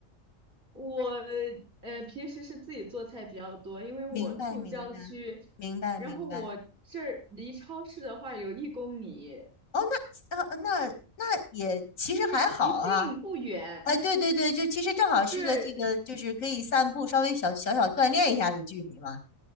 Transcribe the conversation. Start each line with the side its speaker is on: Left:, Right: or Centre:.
Right: 我呃平时是自己做菜比较多，因为我住郊区，
Left: 明白，明白，明白，
Right: 然后我这儿离超市的话有一公里，
Left: 明白。哦，那呃，那那也其实还好啊。
Right: 就是不近不远，
Left: 哎，
Right: <laughs>
Left: 对对对，就其实正好是个这个，
Right: 对，
Left: 就是可以散步，稍微小小小锻炼一下的距离嘛。